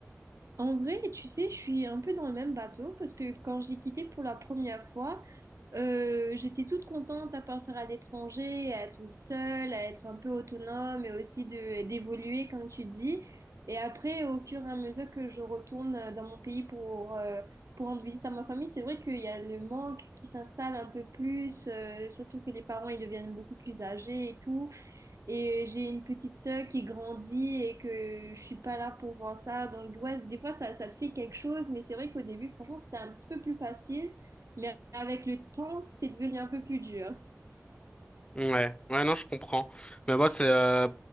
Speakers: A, on the right; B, on the left.
A: En vrai, tu sais, je suis un peu dans le même bateau parce que quand j'ai quitté pour la première fois, euh, j'étais toute contente à partir à l'étranger, à être seule, à être un peu autonome et aussi de d'évoluer comme tu dis. Et après, au fur et à mesure que je retourne euh, dans mon pays pour euh, pour rendre visite à ma famille, c'est vrai qu'il y a le manque qui s'installe un peu plus, euh, surtout que les parents ils deviennent beaucoup plus âgés et tout. Et j'ai une petite sœur qui grandit et que je suis pas là pour voir ça. Donc ouais, des fois ça, ça te fait quelque chose, mais c'est vrai qu'au début, franchement, c'était un petit peu plus facile mais avec le temps, c'est devenu un peu plus dur.
B: Ouais, ouais, non, je comprends. Mais moi, c'est, euh,